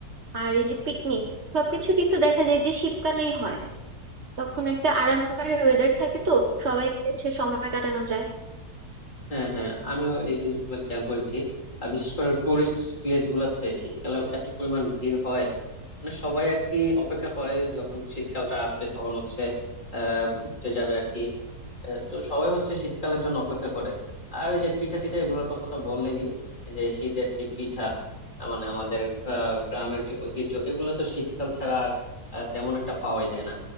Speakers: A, on the right; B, on the left.
A: আর এই যে পিকনিক সবকিছু কিন্তু দেখা যায় যে শীতকালেই হয় তখন একটা আরামের ওয়েদার থাকে তো সবাই মিলে হচ্ছে সময় কাটানো যায়
B: হ্যাঁ হ্যাঁ আমিও এই জিনিসগুলো খেয়াল করেছি আর বিশেষ করে টুরিস্ট প্লেস গুলাতে শীতকালে এত পরিমাণ ভিড় হয় মানে সবাই আর কি অপেক্ষা করে যখন শীতকালটা আসবে তখন হচ্ছে আহ ঘুরতে যাবে আর কি আহ, তো সবাই হচ্ছে শীতকালের জন্য অপেক্ষা করে আর ওই যে পিঠা টিঠা এগুলোর কথা তো বললেনই যে শীতের যে পিঠা আহ, মানে আমাদের আহ গ্রামের যে ঐতিহ্য এগুলো তো শীতকাল ছাড়া আর আহ, তেমন একটা পাওয়াই যায় না